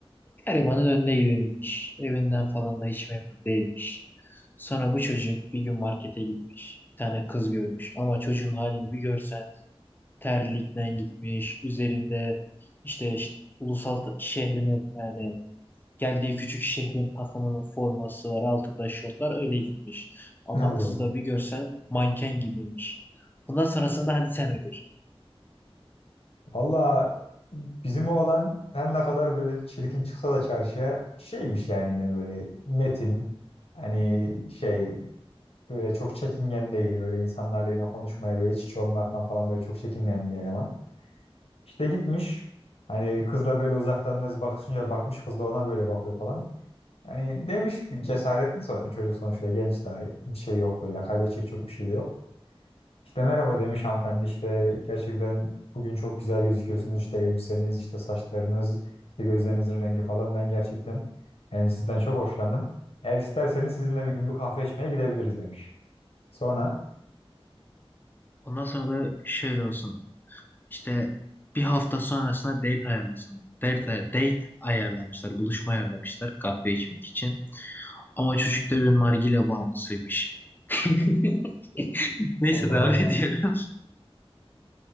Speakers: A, on the left; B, on the left.
A: Garibanın önüne gidilmiş. Evinden falan da hiç memnun değilmiş. Sonra bu çocuk bir gün markete gitmiş. Bir tane kız görmüş. Ama çocuğun halini bir görsen terlikten gitmiş. Üzerinde işte ş- ulusal ta- şehrinin yani Geldiği küçük şehrin takımının forması var. Altında şortlar öyle gitmiş. Ama
B: <laughs> Allah
A: kızı
B: Allah.
A: da bir görsen manken gibiymiş. Bundan sonrasında hadi sen ödür.
B: Vallahi bizim oğlan her ne kadar böyle çirkin çıksa da çarşıya şeymiş yani yine böyle metin. Hani şey böyle çok çekingen değil. Böyle insanlarla yine konuşmaya böyle iç içe olmaktan falan böyle çok çekinmeyen bir eleman. İşte gitmiş. Hani kızla böyle uzaktan biraz bakışınca bakmış kız da ona böyle bakıyor falan. Hani demiş bir cesaretli so- çocuk sonuçta genç daha bir şey yok böyle kaybedecek çok bir şey de yok. İşte merhaba demiş hanımefendi işte gerçekten bugün çok güzel gözüküyorsunuz işte elbiseniz işte saçlarınız işte gözlerinizin rengi falan ben gerçekten yani sizden çok hoşlandım. Eğer isterseniz sizinle bir gün bir kahve içmeye gidebiliriz demiş. Sonra
A: Ondan sonra da şöyle olsun. İşte bir hafta sonrasında date ayarlasın. Date, date ayarlamışlar. Buluşma ayarlamışlar kahve içmek için. Ama çocuk da bir nargile bağımlısıymış. <laughs> Neyse
B: Allah
A: devam
B: Allah.
A: ediyorum.